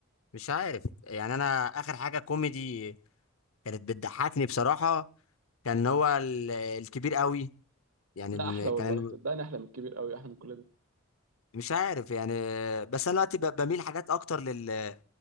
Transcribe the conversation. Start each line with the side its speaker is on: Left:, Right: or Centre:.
Left: مش عارف يعني انا اخر حاجة كوميدي كانت بتضحكني بصراحة كان هو ال- الكبير قوي يعني
Right: لا
Left: م-
Right: احلى والله
Left: كان ال-
Right: صدقني احلى من الكبير قوي احلى من كل ده
Left: مش عارف يعني بس انا دلوقتي ب- بميل حاجات اكتر لل